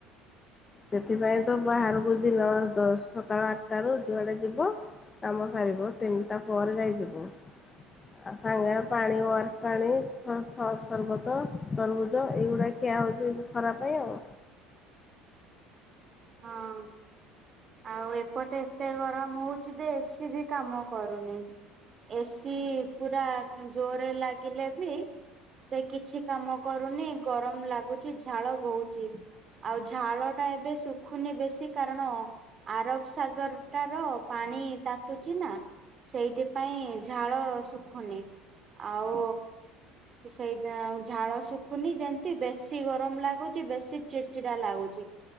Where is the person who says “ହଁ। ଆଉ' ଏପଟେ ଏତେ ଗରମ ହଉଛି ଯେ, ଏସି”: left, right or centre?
Right